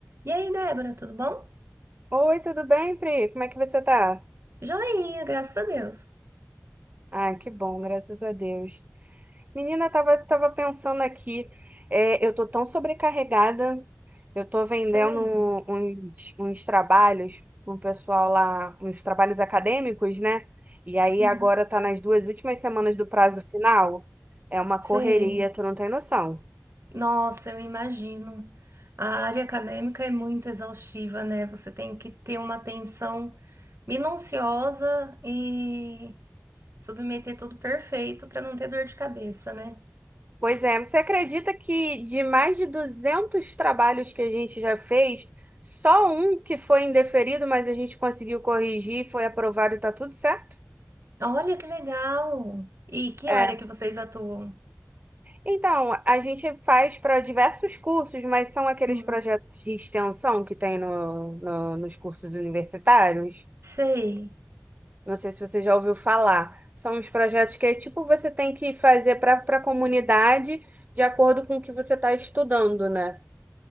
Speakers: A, on the right; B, on the right.
A: E aí, Débora, tudo bom?
B: Oi, tudo bem, Pri? Como é que você tá?
A: Joinha, graças a Deus.
B: Ah, que bom, graças a Deus. Menina, eu tava, tava pensando aqui, é, eu tô tão sobrecarregada, eu tô vendendo
A: Sério.
B: um- uns, uns trabalhos com o pessoal lá, uns trabalhos acadêmicos, né? E aí
A: Uhum.
B: agora tá nas duas últimas semanas do prazo final, é uma correria,
A: Sei.
B: tu não tem noção.
A: Nossa, eu imagino. A área acadêmica é muito exaustiva, né? Você tem que ter uma atenção minuciosa e submeter tudo perfeito para não ter dor de cabeça, né?
B: Pois é, você acredita que de mais de 200 trabalhos que a gente já fez, só um que foi indeferido, mas a gente conseguiu corrigir, foi aprovado e tá tudo certo?
A: Olha que legal! E que
B: É.
A: área que vocês atuam?
B: Então, a gente faz para diversos cursos, mas são aqueles
A: Uhum.
B: projetos de extensão que tem no, no- nos cursos universitários.
A: Sei.
B: Não sei se você já ouviu falar. São uns projetos que é tipo você tem que fazer para para a comunidade de acordo com o que você está estudando, né?